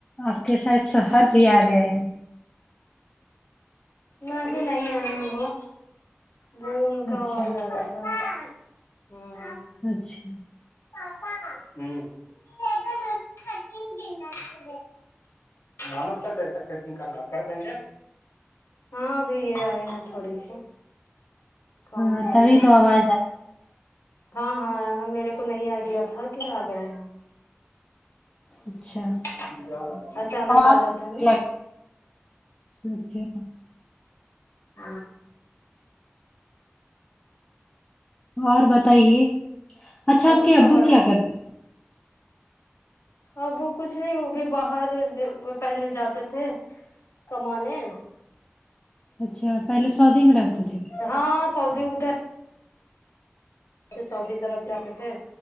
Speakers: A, on the left; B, on the left.
A: آپ کے ساتھ شوہر بھی آ گئے ہیں
B: نہیں نہیں آے ہ وہ وہ ان کا
A: اچھا
B: آواز آ رہا تھا ہوں
A: اچھا
B: پاپا ہاں ان کو دھکے کاڈینگ کارتھیج بول رے کانو تک ترکن کرنا کرر دیں گ ہاں ابھی یہ آئے ہیں تھوڑی سی کام
A: ہاں
B: کیلئے
A: تبھی تو آواز آ
B: ہاں ہاںے میرے کو کو نہیں آئیڈیا تھا کہ آ گئے ہیں
A: اچھا
B: کاہی جارہا تھا چانک
A: آواز
B: آ جاتا ہے نا
A: لگ اچھا
B: ہ ہاں
A: اور بتائیے اچھا
B: اور
A: آپ کے ابو
B: سب بڑے
A: کیا کرتے
B: ابو کچھ نہیں وہ بھی باہر پہلے جاتے تھے کمانے
A: اچھا پہلے سعودی میں رہتی تھی
B: ہاں سعودی ادھر سعودی طرف جاتے تھے